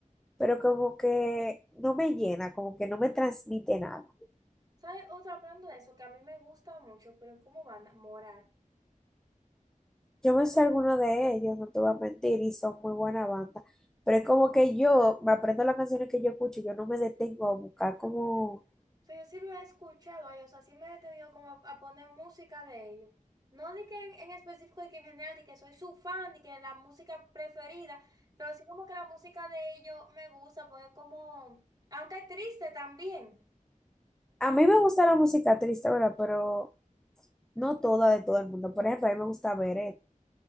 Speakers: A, in the centre; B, on the right (about 30°).
A: pero como que no me llena, como que no me transmite nada.
B: ¿Sabes? Otra hablando de eso que a mí me gusta mucho, pero como banda, Morat.
A: Yo me sé alguno de ellos, no te voy a mentir, y son muy buena banda, pero es como que yo me aprendo las canciones que yo escucho, yo no me detengo a buscar como...
B: O sea, yo sí lo he escuchado a ellos, o sea, sí me he detenido como a, a poner música de ellos. No de que en, en específico, de que en general, de que soy su fan, de que la música preferida, pero sí como que la música de ellos me gusta, porque como, aunque es triste también.
A: A mí me gusta la música triste, ¿verdad? Pero no toda de todo el mundo. Por ejemplo, a mí me gusta Beret, o